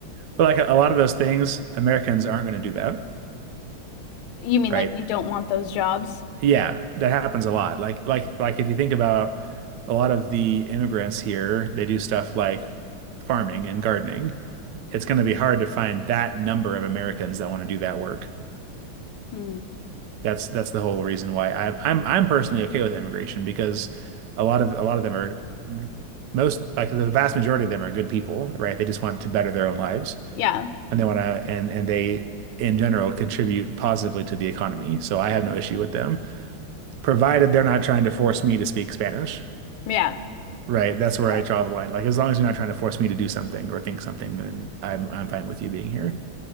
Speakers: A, on the right; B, on the left.
A: But like a, a lot of those things, Americans aren't going to do that,
B: You mean
A: right?
B: like they don't want those jobs?
A: Yeah, that happens a lot. Like like like if you think about a lot of the immigrants here, they do stuff like farming and gardening. It's going to be hard to find that number of Americans that want to do that work.
B: Hmm.
A: That's that's the whole reason why I, I'm I'm personally okay with immigration because a lot of a lot of them are most like the vast majority of them are good people, right? They just want to better their own lives
B: Yeah.
A: and they want to and and they in general contribute positively to the economy. So I have no issue with them, provided they're not trying to force me to speak Spanish.
B: Yeah.
A: Right. That's
B: I see
A: where
B: that.
A: I draw the line. Like as long as you're not trying to force me to do something or think something, then I'm I'm fine with you being here.